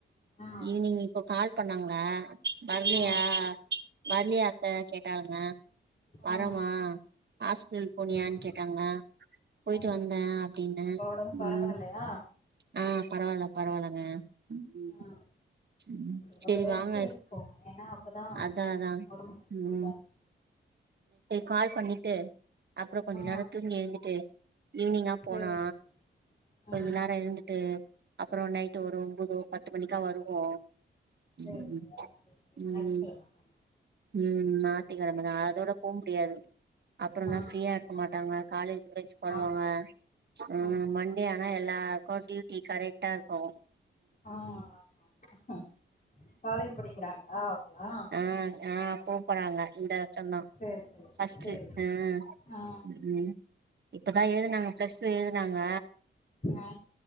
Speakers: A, on the left; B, on the right.
A: ஆ
B: ஈவினிங் இப்போ கால் பண்ணாங்க வரலயா
A: ஆ
B: வரலயா அத்த கேட்டாங்க
A: ஆ
B: வரமா ஹாஸ்பிடல்
A: சரி
B: போனியான்னு
A: சரி
B: கேட்டாங்க போயிட்டு
A: ஆ
B: வந்தே அப்டினே
A: இப்ப ஒடம்பு பரவால்லையா
B: ம் ஆ பரவால்ல பரவால்லங்க ம்
A: ஆ
B: ம்
A: கொஞ்சொ
B: செரி
A: ரெஸ்ட்ட்
B: வாங்க
A: எடுத்துக்கோங்க ஏன்னா அப்பதா
B: அதா அதா
A: ஒடம்புக்கு
B: ம்
A: கொஞ்சோ இதா இருக்
B: கால் பண்ணிட்டு அப்ரோ கொஞ்ச
A: ஆ
B: நேரோ தூங்கி எழுந்துட்டு ஈவினிங்கா
A: சரி
B: போலா
A: சரி
B: கொஞ்ச
A: ம்
B: நேரோ இருந்துட்டு அப்பரோ நைட்டு ஒரு ஒம்போது பத்து மணிக்கா வருவோ
A: சரி
B: ம்
A: சரி ஆமா இன்னைக்கு ஞாயிற்றுக்கிழம
B: ம்
A: தான
B: ம் ஞாயிட்டுகெழம தா அதோட போக முடியாது அப்றம்னா
A: ஆ
B: ஃப்ரீயா இருக்க மாட்டாங்க காலேஜ் பனுவாங்க
A: ஆமா
B: ம்
A: ஆமா
B: ஆனா எல்லாருக்கு டியூட்டி கரெக்டா இருக்கு
A: ஆ ஆமா ஆமா காலேஜ் படிக்கிறாங்களா அவங்களா
B: ஆ ஆ கூப்பறாங்க இந்த சொந்தே
A: சரி சரி
B: பஸ்ட்டு
A: சரி சரி
B: உ
A: ஆ
B: ம் இப்பதா எழுதுனாங்க பிளஸ் டூ எழுதுனாங்க
A: ஆ